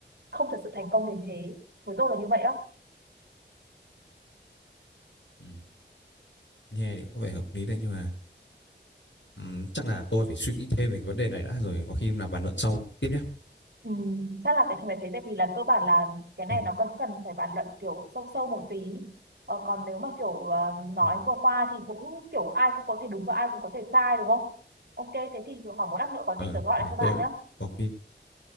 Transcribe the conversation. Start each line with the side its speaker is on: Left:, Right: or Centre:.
Right: không thật sự thành công đến thế với tôi là như vậy á
Left: Ừ. nghe thì có vẻ hợp lý đấy nhưng mà ừm, chắc là tôi phải suy nghĩ thêm về cái vấn đề này đã rồi có khi là bàn luận sau tiếp nhé
Right: ừ, chắc là phải phải thế tại vì là cơ bản là cái này
Left: ừ.
Right: nó còn cần phải bàn luận kiểu sâu sâu một tí ờ, còn nếu mà kiểu ờ, nói
Left: Ừ.
Right: qua qua thì cũng kiểu ai cũng có thể đúng và ai cũng có thể sai đúng không ok thế thì khoảng một lát nữa có
Left: ờ,
Right: gì tớ gọi
Left: thì
Right: lại cho bạn
Left: tôi
Right: nhé
Left: có khi